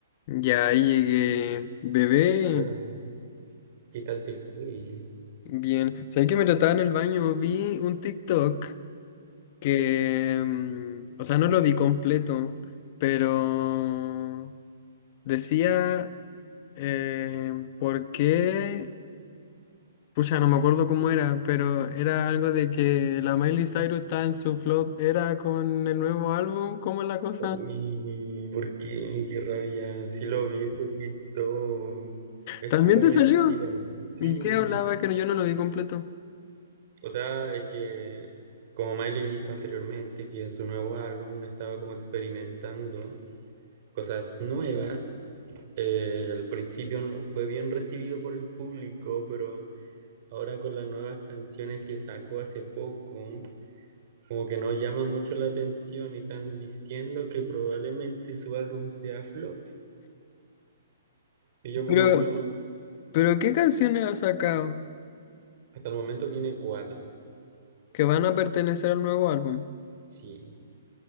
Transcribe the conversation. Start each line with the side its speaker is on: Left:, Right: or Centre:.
Left: Ya ahí llegué, bebé,
Right: Hola, ¿qué tal te fue?
Left: bien. ¿Sabes que me trataba en el baño? Vi un TikTok que, mm, o sea, no lo vi completo, pero decía, eh, ¿por qué? Pucha, no me acuerdo cómo era, pero era algo de que la Miley Cyrus está en su flop, era con el nuevo álbum, ¿cómo es la cosa?
Right: Uy, ¿por qué? Qué rabia. Sí lo vi, lo quitó. Es
Left: ¿También
Right: pura
Left: te
Right: mentira.
Left: salió?
Right: Sí.
Left: ¿Y qué hablaba que no- yo no lo vi completo?
Right: O sea, es que como Miley dijo anteriormente, que en su nuevo álbum estaba como experimentando cosas nuevas. Eh, al principio fue bien recibido por el público, pero ahora con las nuevas canciones que sacó hace poco. Como que no llama mucho la atención y están diciendo que probablemente su álbum sea flop. Y yo
Left: Pero,
Right: como no,
Left: pero ¿qué canciones ha sacado?
Right: hasta el momento tiene cuatro,
Left: que van a pertenecer al nuevo álbum.
Right: sí.